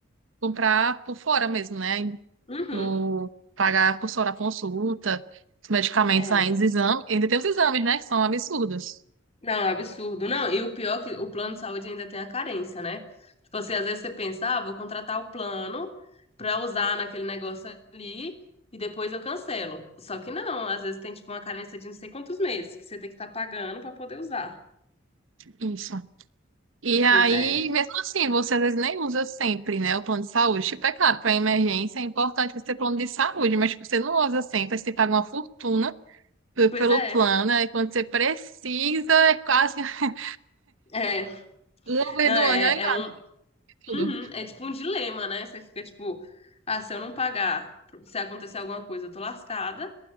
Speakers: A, on the right (about 90°); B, on the left (about 30°).
A: comprar por fora mesmo, né?
B: Uhum.
A: do pagar por fora a consulta, os medicamentos
B: É.
A: ainda, os exames, ainda tem os exames, né, que são absurdos.
B: Não, é absurdo. Não, e o pior é que o plano de saúde ainda tem a carência, né? Tipo assim, às vezes você pensa, ah, vou contratar o plano pra usar naquele negócio ali e depois eu cancelo. Só que não, às vezes tem tipo uma carência de não sei quantos meses que você tem que estar pagando pra poder usar.
A: Isso. E aí,
B: Pois é.
A: mesmo assim, você às vezes nem usa sempre, né, o plano de saúde. Tipo, é claro, para emergência é importante você ter plano de saúde, mas tipo, você não usa sempre, aí você paga uma fortuna pe-
B: Pois
A: pelo
B: é.
A: plano, aí quando você precisa, é quase <laughs>
B: É.
A: uma vez
B: Não,
A: do
B: é,
A: ano, olha
B: é
A: lá,
B: um.
A: tudo.
B: Uhum, é tipo um dilema, né? Você fica tipo, ah, se eu não pagar, se acontecer alguma coisa, eu tô lascada.